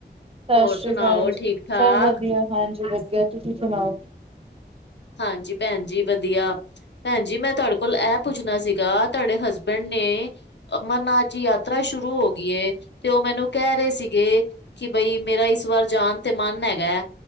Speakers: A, on the right; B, on the left.
A: ਸਤਿ
B: ਹੋਰ
A: ਸ੍ਰੀ
B: ਸੁਣਾਓ,
A: ਅਕਾਲ ਜੀ।
B: ਠੀਕ ਠਾਕ?
A: ਸਭ ਵਧੀਆ ਹਾਂਜੀ ਵਧੀਆ ਤੁਸੀਂ ਸੁਣਾਓ?
B: ਹਾਂਜੀ ਭੈਨ ਜੀ, ਵਧੀਆ। ਭੈਨ ਜੀ ਮੈਂ ਤੁਹਾਡੇ ਕੋਲ ਐ ਪੁੱਛਨਾ ਸੀਗਾ ਤੁਹਾਡੇ ਹਸਬੈਂਡ ਨੇ ਅਮਰਨਾਥ ਜੀ ਯਾਤਰਾ ਸ਼ੁਰੂ ਹੋ ਗੀ ਏ ਤੇ ਉਹ ਮੈਨੂੰ ਕਹਿ ਰਹੇ ਸੀਗੇ, ਕਿ ਬਈ ਮੇਰਾ ਇਸ ਵਾਰ ਜਾਨ ਤੇ ਮਨ ਹੈਗੇ